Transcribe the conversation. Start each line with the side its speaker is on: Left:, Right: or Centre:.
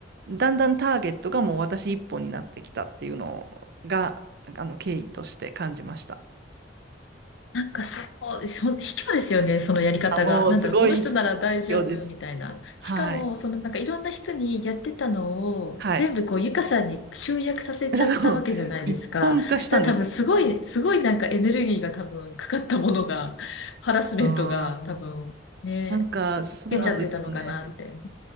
Right: だんだんターゲットがもう私一本になってきたっていうのが、あの、経緯として感じました。
Left: なんかそう、そ、卑怯ですよね、そのやり方が。
Right: あ、もうすごい
Left: なんだろう、この人なら大丈夫みたいな。
Right: 今日です。はい。
Left: しかも、そのなんかいろんな人にやってたのを全部こう、
Right: はい。
Left: ゆかさんに集約させちゃったわけじゃないですか。
Right: <laughs> だう一本化したんですよ。
Left: そしたら多分すごい、すごいなんかエネルギーが多分かかったものが、ハラスメントが多分ね、
Right: あーなんか、そうなんですよね。
Left: 受けちゃってたのかなって。